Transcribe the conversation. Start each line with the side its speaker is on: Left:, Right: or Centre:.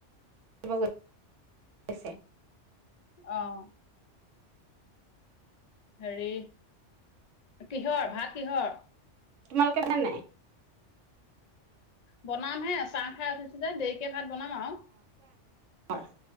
Right: অ <unintelligible> আছে
Left: আহ হেৰি কিহৰ ভাত কিহৰ
Right: তোমালোকৰ কথা নাই
Left: বনাম হে চাহ খাই উঠিছো যে দেৰিকে ভাত বনাম আও আৰু
Right: হয়